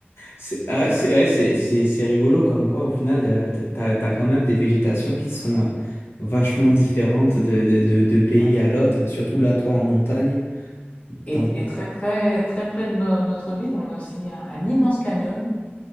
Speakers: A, on the left (about 80°); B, on the left (about 35°).
A: C'est ah, c'est ouais, c'est- c'est- c'est rigolo comme quoi, au final, euh, t- t'as, t'as quand même des végétations qui sont euh, vachement différentes de, de, de, de pays
B: Ouais.
A: à l'autre, et surtout là, toi, en montagne.
B: Et,
A: Dans-
B: et très près, très près de no- notre ville, on a aussi un, un immense canyon